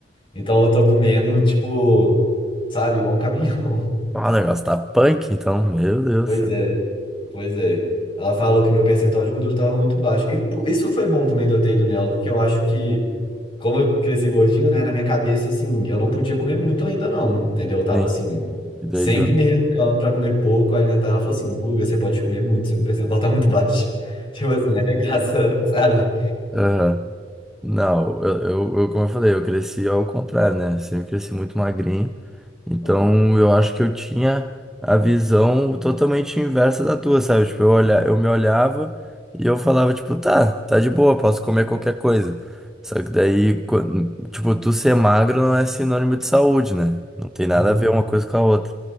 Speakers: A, on the left; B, in the centre.
A: Então eu tô comendo, tipo, sabe, igual um caminhão. <laughs>
B: Ah, o negócio tá punk, então. Meu Deus
A: Pois
B: do céu.
A: é, pois é. Ela falou que meu percentual de gordura tava muito baixo. E por- isso que foi bom também de eu ter ido nela, porque eu acho que, como eu cresci gordinho, né, na minha cabeça, assim, eu não podia comer muito ainda, não, entendeu? Eu tava
B: Sim.
A: assim,
B: E daí,
A: sempre
B: tu-
A: me reeducando pra comer pouco, alimentar. Ela falou assim, Guga, você pode comer muito, seu percentual tá muito baixo. <laughs> Tipo assim, arregaça, <laughs> sabe?
B: Aham. Não, eu, eu, eu- como eu falei, eu cresci ao contrário, né? Sempre cresci muito magrinho. Então,
A: Uhum.
B: eu acho que eu tinha a visão totalmente inversa da tua, sabe? Tipo, eu olha, eu me olhava e eu falava, tipo, tá, tá de boa, posso comer qualquer coisa. Só que daí, quan- tipo, tu ser magro não é sinônimo de saúde, né? Não tem nada
A: Uhum.
B: a ver uma coisa com a outra.